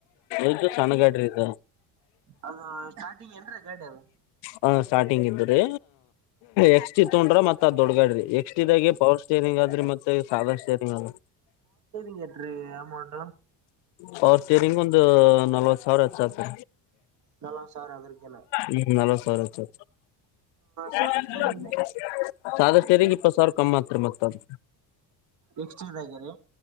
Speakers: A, on the left (about 85°); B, on the right (about 45°).
A: ಇದು ಸಣ್ಣ ಗಾಡಿ ರಿ ಇದ
B: ಅದು ಸ್ಟಾರ್ಟಿಂಗ್ ಏನ್ರಿ ಗಾಡಿ ಅದು
A: ಹ ಸ್ಟಾರ್ಟಿಂಗ್ ಇದ್ದ್ರರಿ ಎಕ್ಸ್ ಟಿ ತೊಗೊಂಡ್ರ ಮತ್ತ ದೊಡ್ಗಾಡ್ರಿ ಎಕ್ಸ್ಟ್ ಇದಾಗೆ ಪವರ್ ಸ್ಟೇರಿಂಗ್ ಆದ್ರಿ ಮತ್ತೆ ಸಾಧಾರ ಸ್ಟೇರಿಂಗ್ ಆದ್ರಿ
B: ಎಕ್ಸ ಟ್ರೀ ಎಟ್ ರಿ ಅಮ್ಮೌಂಟ್
A: ಪವರ್ ಸ್ಟೇರಿಂಗ್ ಒಂದು ನಲ್ವತ್ ಸಾವಿರ ಹೆಚ್ಚು ಆತುದ
B: ನಲ್ವತ್ ಸಾವಿರ ಅದ್ರಕಿನ
A: ರಿ ಹ್ಮ್ ನಲವತ್ತ ಸಾವಿರ ಹೆಚ್ಚು
B: ಸಾದಾ
A: ಆತುದ
B: ಸ್ಟೇರಿಂಗ್ ರೀ
A: ಸಾದಾ ಸ್ಟೇರಿಂಗ್ ಇಪ್ಪತ್ ಸಾವಿರ ಕಮ್ಮಿ ಅತ್ರಿ ಮತ ಆದ
B: ಎಕ್ಸಾ ಟಿ ದಾಗೆ ರಿ